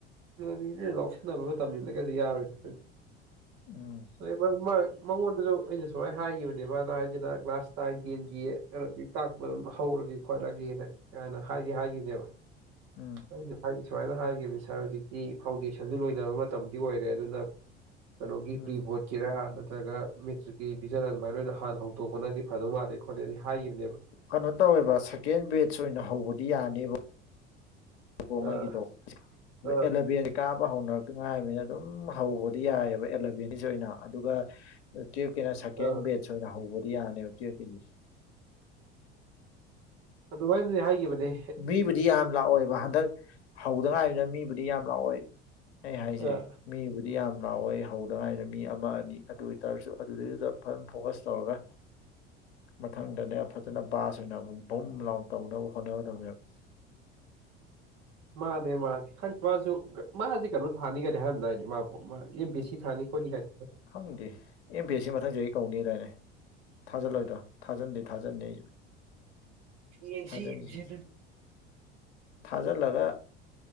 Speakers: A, on the right (about 50°); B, on the left (about 65°).
A: ꯃꯤꯁꯤꯅ ꯂꯧꯁꯤꯟꯅꯕ ꯑꯃ ꯇꯝꯃꯤꯟꯅꯂꯒꯗꯤ ꯌꯥꯔꯣꯏꯗ
B: ꯎꯝ
A: ꯑꯩꯈꯣꯏ <unintelligible> ꯃꯉꯣꯟꯗꯁꯨ ꯑꯩꯅ ꯁꯨꯃꯥꯏꯅ ꯍꯥꯏꯈꯤꯕꯅꯦ ꯃꯥꯅ ꯍꯥꯏꯁꯤꯅ ꯀ꯭ꯂꯥꯁ ꯅꯥꯏꯟ ꯇꯦꯟꯒꯤ ꯈꯔꯗꯤ ꯇꯥꯛꯄ ꯑꯗꯨꯝ ꯍꯧꯔꯒꯦ ꯈꯣꯠꯂꯒꯦꯅ ꯀꯥꯏꯅ ꯍꯥꯏꯗꯤ ꯍꯥꯏꯈꯤꯅꯦꯕ
B: ꯎꯝ
A: ꯑꯩꯅ ꯍꯥꯏꯈꯤ ꯁꯨꯃꯥꯏꯅ ꯍꯥꯏꯈꯤꯕꯅꯦ ꯁꯔ ꯍꯧꯖꯤꯛ ꯀꯤ ꯐꯥꯎꯟꯗꯦꯁꯟꯖꯨ ꯂꯣꯏꯅꯕ ꯃꯇꯝꯗꯤ ꯑꯣꯏꯔꯦ ꯑꯗꯨꯅ ꯀꯩꯅꯣꯒꯤ
B: ꯎꯝ
A: ꯄ꯭ꯔꯤꯕꫭꯠ ꯀꯤꯔꯥ ꯅꯠꯇ꯭ꯔꯒ ꯃꯦꯇ꯭ꯔꯤꯛꯀꯤ ꯚꯤꯖꯟ ꯑꯗꯨꯃꯥꯏꯅ ꯑꯣꯏꯅ ꯍꯥꯟꯅ ꯍꯧꯗꯣꯛꯄꯅꯗꯤ ꯐꯗꯧ ꯃꯥꯜꯂꯤ ꯈꯣꯠꯂꯦꯗꯤ ꯍꯥꯏꯈꯤꯕꯅꯦꯕ
B: ꯀꯩꯅꯣ ꯇꯧꯋꯦꯕ ꯁꯦꯀꯦꯟ ꯕꯦꯁ ꯑꯣꯏꯅ ꯍꯧꯕꯗꯤ ꯌꯥꯅꯦꯕ ꯕꫭ ꯃꯥꯒꯤꯗꫭ
A: ꯑꯥ ꯑꯥ
B: ꯑꯂꯕꯦꯟ ꯀꯥꯕ ꯍꯧꯅꯔꯛꯇ ꯉꯥꯏꯅꯤꯅ ꯑꯗꯨꯝ ꯍꯧꯕꯗꯤ ꯌꯥꯏꯌꯦꯕ ꯑꯦꯂꯚꯦꯟꯒꯤꯖꯤ ꯑꯣꯏꯅ ꯑꯗꯨꯒ ꯑꯗꯨ ꯇꯨꯨꯏꯌꯦꯞ ꯀꯤꯅ ꯁꯦꯀꯦꯟ
A: ꯑꯥ
B: ꯕꯦꯠꯁ ꯑꯣꯏꯅ ꯍꯧꯕꯗꯤ ꯌꯥꯅꯦꯕ ꯇꯨꯏꯌꯦꯞ ꯀꯤꯗꯤ
A: ꯑꯗꯨꯃꯥꯏꯅꯗꯤ ꯍꯥꯏꯒꯤꯈꯤꯕꯅꯤ
B: ꯃꯤꯕꯨꯗꯤ ꯌꯥꯝ ꯂꯥꯛꯑꯣꯏꯕ ꯍꯟꯗꯛ ꯍꯧꯗ ꯉꯥꯏꯕꯅꯤꯅ ꯃꯤꯕꯨꯗꯤ ꯌꯥꯝ ꯂꯥꯛꯑꯣꯏ ꯑꯩ ꯍꯥꯏꯖꯦ
A: ꯑꯥ
B: ꯃꯤꯕꯨꯗꯤ ꯌꯥꯝ ꯂꯥꯛꯑꯣꯏ ꯍꯧꯗꯉꯥꯏꯅ ꯃꯤ ꯑꯃ ꯑꯅꯤ ꯑꯗꯨ ꯑꯣꯏꯇꯥꯔꯁꯨ ꯑꯗꯨꯗꯩꯗꯨꯗ ꯐꯖꯅ ꯐꯣꯀꯁ ꯇꯧꯔꯒ꯫
A: <unintelligible>
B: ꯃꯊꯪꯗꯅꯦ ꯐꯖꯅ ꯕꯥꯁ ꯑꯣꯏꯅ ꯑꯃꯨꯛ ꯕꯨꯝ ꯂꯥꯎꯟꯅ ꯇꯧꯅꯕ ꯍꯣꯠꯅꯒꯗꯕꯅꯦꯕ꯫
A: ꯃꯥꯅꯦ ꯃꯥꯅꯦ ꯍꯣꯏ ꯃꯥꯁꯨ ꯃꯥꯁꯤ ꯀꯩꯅꯣ ꯊꯥꯅꯤꯒꯅꯤ ꯍꯥꯏꯔꯝꯗꯥꯏꯅꯦ ꯃꯥꯕꯨ ꯑꯦꯝ ꯄꯤ ꯁꯤ ꯊꯥꯅꯤ ꯈꯣꯠꯅꯤ ꯀꯥꯏꯅ꯫
B: ꯍꯪꯗꯦ ꯑꯦꯝ ꯕꯤ ꯑꯦꯁ ꯁꯤ ꯃꯊꯪ ꯆꯥꯍꯤ ꯀꯧꯅꯤ ꯗꯥꯏꯅꯦ꯫ ꯊꯥꯖꯜꯂꯣꯏꯗ꯭ꯔꯣ ꯊꯥꯖꯟꯗꯤ ꯊꯥꯖꯟꯅꯤ ꯑꯩꯁꯨ
A: ꯌꯦꯡꯁꯤ
B: ꯊꯥꯖꯤꯟꯁꯤ꯫
A: ꯌꯦꯡꯁꯤ ꯑꯗꯨꯗꯤ
B: ꯊꯥꯖꯤꯜꯂꯒ꯫